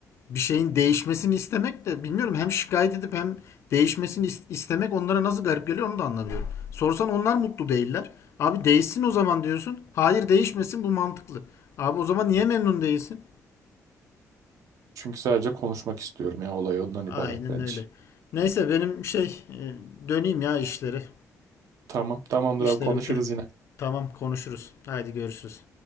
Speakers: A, on the left; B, on the right.
A: Bir şeyin değişmesini istemek de bilmiyorum hem şikayet edip hem değişmesini is- istemek onlara nasıl garip geliyor onu da anlamıyorum. Sorsan onlar mutlu değiller. Abi değişsin o zaman diyorsun. Hayır değişmesin bu mantıklı. Abi o zaman niye memnun değilsin?
B: Çünkü sadece konuşmak istiyorum ya olay ondan
A: Aynen
B: ibaret bence.
A: öyle. Neyse benim şey e, döneyim ya işleri.
B: Tamam. Tamamdır
A: İşleri
B: abi konuşuruz
A: bitirelim.
B: yine.
A: Tamam konuşuruz. Haydi görüşürüz.